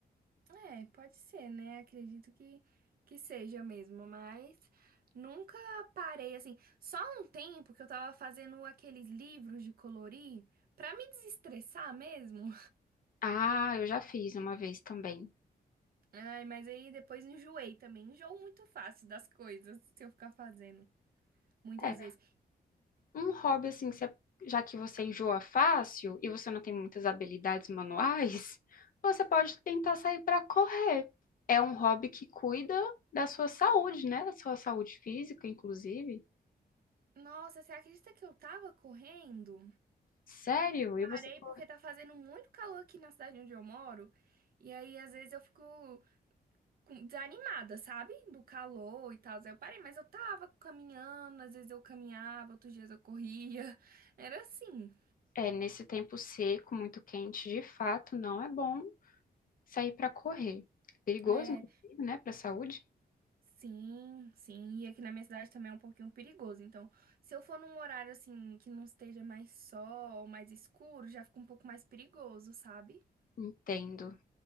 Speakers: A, on the right; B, on the left.
A: É, pode ser, né? Acredito que, que seja mesmo, mas nunca parei assim. Só um tempo que eu tava fazendo aqueles livros de colorir pra me desestressar mesmo.
B: Ah, eu já fiz uma vez também.
A: Ai, mas aí depois enjoei também. Enjoo muito fácil das coisas se eu ficar fazendo. Muitas
B: É,
A: vezes.
B: um hobby assim, que você- já que você enjoa fácil e você não tem muitas habilidades manuais, <laughs> você pode tentar sair para correr. É um hobby que cuida da sua saúde, né? Da sua saúde física, inclusive.
A: Nossa, você acredita que eu tava correndo?
B: Sério?
A: Parei
B: E você cor-
A: porque tá fazendo muito calor aqui na cidade onde eu moro. E aí, às vezes, eu fico com- desanimada, sabe? Do calor e tal. Aí eu parei, mas eu tava caminhando, às vezes eu caminhava, outros dias eu corria. Era assim.
B: é nesse tempo seco, muito quente, de fato, não é bom sair para correr. Perigoso,
A: É,
B: inclusive, né, para a saúde?
A: Sim, sim, e aqui na minha cidade também é um pouquinho perigoso. Então, se eu for num horário assim que não esteja mais sol, mais escuro, já fica um pouco mais perigoso, sabe?
B: Entendo.